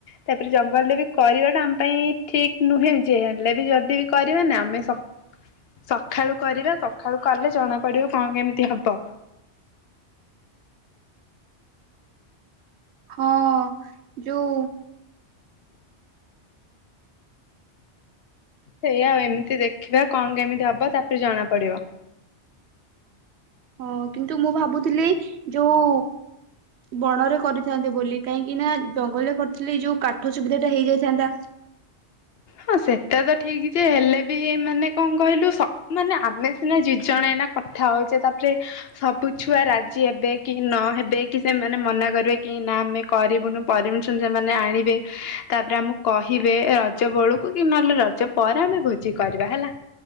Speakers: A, on the left (about 65°); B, on the right (about 70°).
A: ତାପରେ ଜଙ୍ଗଲରେ ବି କରିବା ଟା ଆମ ପାଇଁ ଠିକ ନୁହେଁ ଯେ ହେଲେ ବି ଯଦି ବି କରିବା ନା ଆମେ ସକ ସଖାଳୁ କରିବା ଶଖାଳୁ କଲେ ଜଣା ପଡିବ କଣ କେମିତି ହବ।
B: ହଁ ଯୋଉ
A: ସେଇଆ ଆଉ ଏମିତି ଦେଖିବା କଣ କେମିତି ହବ ତାପରେ ଜଣା ପଡିବ।
B: ହଁ କିନ୍ତୁ ମୁଁ ଭାବୁଥିଲି ଯୋଉ ବଣରେ କରିଥାନ୍ତେ ବୋଲି କାହିଁକି ନା ଜଙ୍ଗଲରେ କରିଥିଲେଇ ଯୋଉ କାଠ ସୁବିଧା ଟା ହେଇଯାଇଥାନ୍ତା।
A: ହଁ ସେଟା ତ ଠିକ ଯେ ହେଲେ ବି ମାନେ କଣ କହିଲୁ ମାନେ ଆମେ ସିନା ଯୁଜଣା ଏଇନା କଥା ହଉଛେ ତାପରେ ସବୁ ଛୁଆ ରାଜି ହେବେ କି ନ ହେବେ କି ସେମାନେ ମନା କରିବେ କି ନା ଆମେ କରିବୁନୁ ପରିମିଶନ ସେମାନେ ଆଣିବେ ତାପରେ ଆମକୁ କହିବେ ଏ ରଜ ବେଳକୁ କି ନହେଲେ ରଜ ପରେ ଆମେ ଭୋଜି କରିବା ହେଲା।